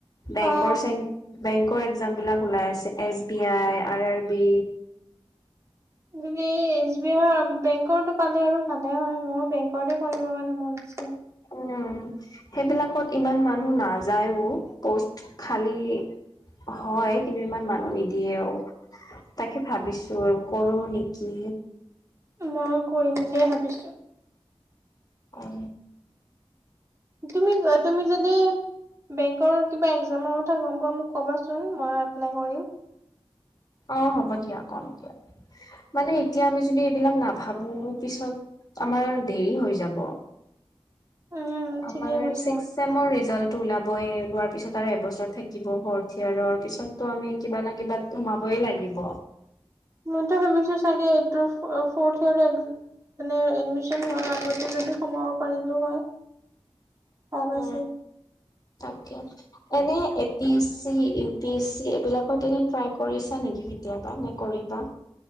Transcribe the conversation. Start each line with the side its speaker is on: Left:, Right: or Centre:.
Left: বেংকৰ,
Right: অ
Left: চে, বেংক কৰ, একজাম বিলাক ওলাই আছে S B I, R R B.
Right: তুমি এচ বি আই বেংক টো পালে আৰু ভালে হয়, মই বেংকৰে কৰিবৰ কাৰণে মন আছিল।
Left: উম, সেইবিলাকত ইমান মানুহ নাযায়ও পষ্ট খালী হয়, কিন্তু ইমান মানুহ নিদিয়েও তাকে ভাবিছো আৰু কৰো নেকি।
Right: মই কৰিম বুলিয়ে ভাবিছো।
Left: অ'।
Right: তুমি, যোৱা তুমি যদি বেংকৰ কিবা একজামৰ কথা গম পোৱা, মোক কবা চোন মই এপ্লাই কৰিম।
Left: অ' হ'ব দিয়া, কম দিয়া, মানে এতিয়া আমি যদি এইবিলাক নাভাবো পিছত আমাৰ দেৰি হৈ যাব।
Right: উম
Left: আমাৰ
Right: ঠিকে কৈছা
Left: ছিক্স চমৰ ৰিজাল্ ওলাবই, ওলোৱাৰ পিছত আৰু এবছৰ থাকিব ভৰথীয়াৰ পিছতো আমি কিবা না কিবা সোমাব ই লাগিব।
Right: মইতো ভাবিছো চাগে, ফৰ্থ ইয়েৰ এডমিচন হোৱাৰ আগতে যদি সোমাব পাৰিলো হয়। ভাল
Left: উ
Right: আছিল।
Left: তাকে এনে A P S C, U P S C, এইবিলাক তেনে ট্ৰাই কৰিছা নেকি কেতিয়াবা নে কৰিবা?